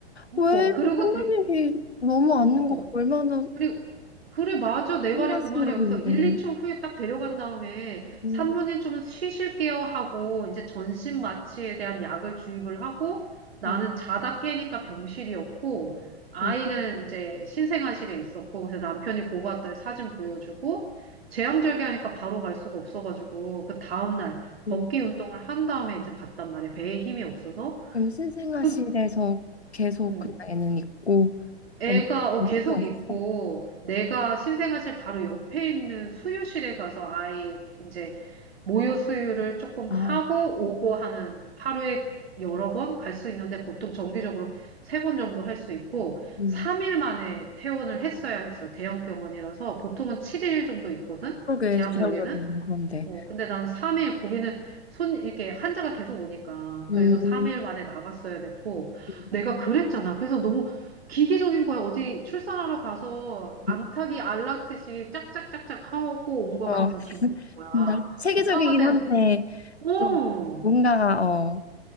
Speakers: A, on the right (about 70°); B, on the left (about 85°).
A: 어,
B: 왜?
A: 그러고
B: 그 끝난
A: 데,
B: 일이 너무 않는
A: 어,
B: 거 얼마나
A: 그래, 그래, 맞아. 내
B: 신난
A: 말이 그
B: 순간인데.
A: 말이야. 그래서 1, 2초 후에 딱 데려간 다음에
B: 음,
A: 산모님 좀 쉬실게요 하고 이제 전신 마취에 대한 약을 주입을 하고 나는
B: 어,
A: 자다 깨니까 병실이었고 아이는
B: 어,
A: 이제 신생아실에 있었고 그래서 남편이 보고 왔더니 사진 보여주고 재앙절개하니까 바로 갈 수가 없어가지고 그 다음날 걷기
B: 음.
A: 운동을 한 다음에 이제 갔단 말이야. 배에 힘이 없어서.
B: 그럼 신생아실에서
A: 그,
B: 계속
A: 응.
B: 그냥 애는 있고
A: 애가
B: 언니
A: 어,
B: 어디서
A: 계속
B: 왔어?
A: 있고 내가 신생아실 바로 옆에 있는 수유실에 가서 아이 이제 모유 수유를 조금
B: 아,
A: 하고 오고 하는 하루에 여러 번 갈 수 있는데 보통 정기적으로 세 번 정도 할 수 있고
B: 음.
A: 3일 만에 퇴원을 했어야 했어. 대형 병원이라서 보통은 7일 정도 있거든.
B: 그러게
A: 제한적에는.
B: 제한적인 거 그런데.
A: 어, 근데 난 3일, 거기는 손, 이렇게 환자가 계속 오니까.
B: 음,
A: 그래서 3일 만에 나갔어야 됐고.
B: 음,
A: 내가 그랬잖아. 그래서 너무 기기적인 거야. 어디 출산하러 가서 암탉이
B: 음.
A: 알라듯이 짝짝짝짝 하고 온 것
B: 어,
A: 같은 기분인 거야.
B: 음, 나 세계적이긴
A: 엄마가 된,
B: 한데
A: 어!
B: 좀 뭔가 어.